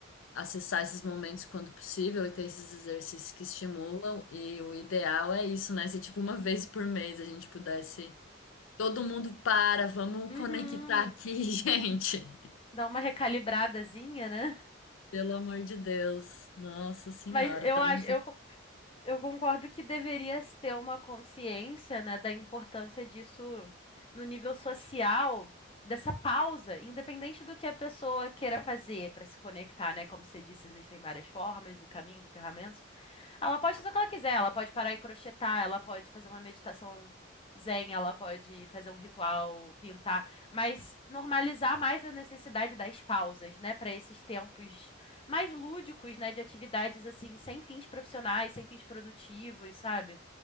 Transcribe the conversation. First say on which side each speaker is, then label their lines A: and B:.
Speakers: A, on the left; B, on the left.
A: acessar esses momentos quando possível e ter esses exercícios que estimulam. E o ideal é isso, né? Se, tipo, uma vez por mês a gente pudesse. Todo mundo para, vamos
B: Uhum.
A: conectar aqui, <laughs> gente.
B: Dá uma recalibradazinha, né?
A: Pelo amor de Deus. Nossa Senhora,
B: Mas eu
A: estamos
B: acho, eu, co- eu concordo que deveria se ter uma consciência, né, da importância disso no nível social, dessa pausa, independente do que a pessoa queira fazer para se conectar, né? Como você disse, existem várias formas e caminhos e ferramentas. Ela pode fazer o que ela quiser, ela pode parar e crochetar, ela pode fazer uma meditação zen, ela pode fazer um ritual, pintar, mas normalizar mais a necessidade das pausas, né, para esses tempos mais lúdicos, né, de atividades assim, sem fins profissionais, sem fins produtivos, sabe?